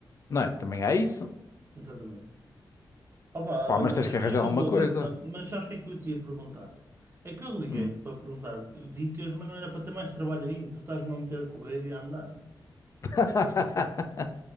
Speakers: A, on the left (about 40°); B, on the right (about 30°).
A: não é? Também há isso.
B: exatamente. Opa,
A: Pá,
B: olha,
A: mas tens que arranjar
B: é uma
A: alguma
B: boa
A: coisa.
B: dica, mas sabes o que é que eu te ia perguntar? É que eu liguei-te
A: Hum.
B: para perguntar dicas, mas não era para ter mais trabalho ainda. Tu estás-me a meter a correr e a andar.
A: <laughs>